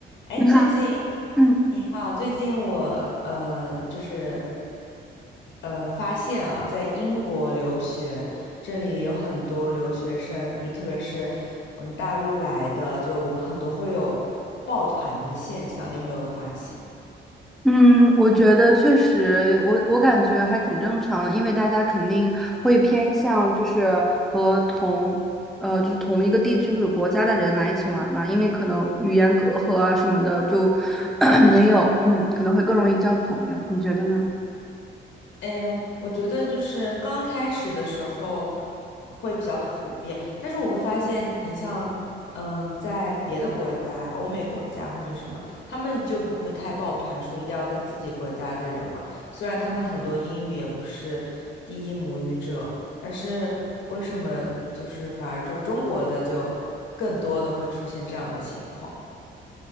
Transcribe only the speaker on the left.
哎，
最近
你好，最近我呃，就是呃，发现啊，在英国留学，这里有很多留学生，比特别是嗯大陆来的，就我们很多会有抱团的现象，你有没有发现？
哎，我觉得就是刚开始的时候会比较普遍，但是我会发现，你像，嗯，在别的国家，欧美国家或者什么，他们就不会太抱团，说一定要跟自己国家的人玩。虽然他们很多英语也不是第一母语者，但是为什么就是反而就中国的就更多的会出现这样的情况？